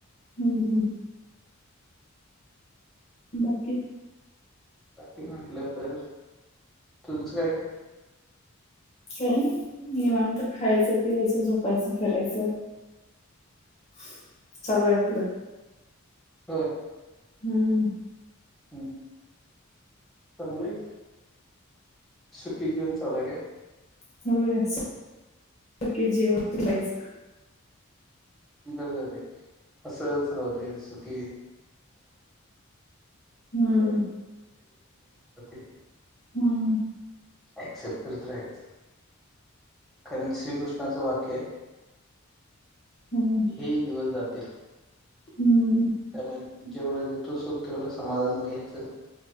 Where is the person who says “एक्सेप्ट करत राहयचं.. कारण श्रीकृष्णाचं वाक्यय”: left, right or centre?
Centre